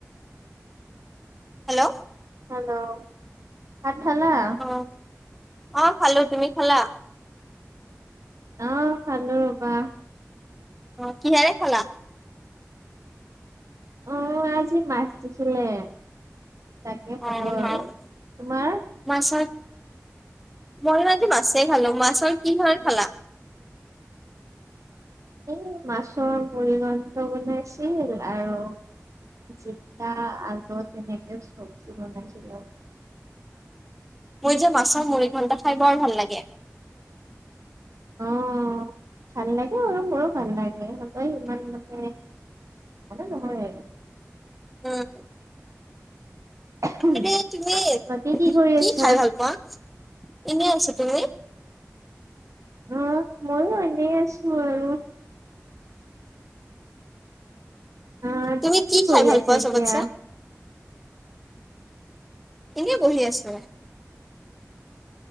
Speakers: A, in the centre; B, on the right.
A: হেল্ল'?
B: হেল্ল', ভাত খালা?
A: অ অ', খালো। তুমি খালা?
B: অ', খালো ৰ'বা।
A: অ', কিহেৰে খালা?
B: অঁ, আজি মাছ দিছিলে। তাকে খালো
A: অ'
B: আৰু
A: অ'
B: তোমাৰ
A: মছ মই আজি মাছেই খালো, মাছৰ কি হয় খালা?
B: এ মাছৰ মুৰিগণ্ঠ বনাইছিল আৰু জিকা আলু তেনেকে চব্জি বনাইছিলো।
A: মোৰ যে মাছৰ মুৰিঘণ্টা খাই বৰ ভাল লাগে।
B: অ',
A: <inaudible>
B: ভাল লাগে <unintelligible> মোৰো ভাল লাগে হ'লেও ইমান মানে মানে নহয়
A: উম।
B: আৰু।
A: <unintelligible> তুমি
B: বাকী কৰি
A: কি
B: আছা?
A: খাই ভাল পোৱা? এনেই আছো, তুমি?
B: অহ, ময়ো এনেই আছো আৰু। অ',
A: তুমি কি
B: কৰি
A: খাই ভাল
B: আছা
A: পোৱা
B: এতিয়া?
A: চবটছে? এনেই বহি আছোঁ।